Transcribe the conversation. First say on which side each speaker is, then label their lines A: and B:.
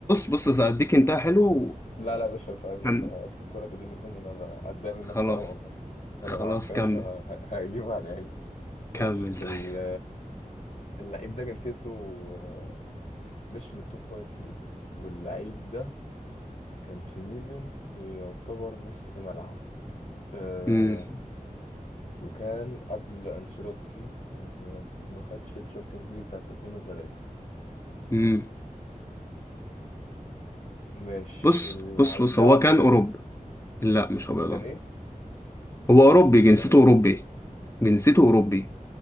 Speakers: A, on the left (about 20°); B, on the left (about 55°).
A: بص بص هديك انت حلو
B: لا لا يا باشا مش عيب والله
A: وكان
B: عيب في الكرة دي من ضمن انا اتضايق من
A: خلاص
B: نفسي قوي والله انا
A: خلاص
B: معاك يا
A: كمل
B: باشا ه- هجيب يعني هجيب ماشي
A: كمل طيب
B: ال- اللعيب ده جنسيته آه، مش من التوب فايف ليجز واللعيب ده كان في ميلان يعتبر نص ملعب أه
A: امم
B: وكان قبل أنشيلوتي يعني ما ما خدش الشامبيونز ليج بتاعت 2003
A: امم
B: ماشي
A: بص
B: اللعيب
A: بص بص
B: ده
A: هو
B: أبيضاني
A: كان أوروبي لا مش أبيضان
B: كان إيه؟
A: هو أوروبي جنسيته
B: كان إيه؟
A: أوروبي جنسيته أوروبي